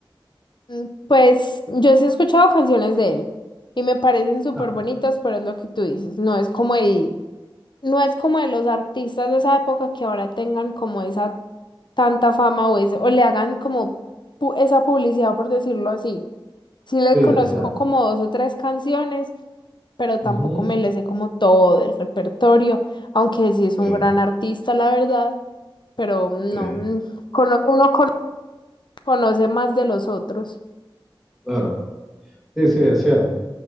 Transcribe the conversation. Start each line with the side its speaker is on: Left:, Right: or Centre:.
Left: Mm, Pues yo sí he escuchado canciones de él y me parecen súper
Centre: Ah,
Left: bonitas, pero es lo que tú dices, no es como el, no es como de los artistas de esa época que ahora tengan como esa tanta fama o, ese- o le hagan como pu- esa publicidad, por decirlo así. Sí le
Centre: Sí,
Left: conozco
Centre: o sea,
Left: como dos o tres canciones, pero tampoco
Centre: ujú,
Left: me le sé como todo el repertorio, aunque sí es
Centre: sí,
Left: un gran artista, la verdad. pero no,
Centre: sí,
Left: mm, cono- uno cono- conoce más de los otros.
Centre: claro, sí, sí, es cierto.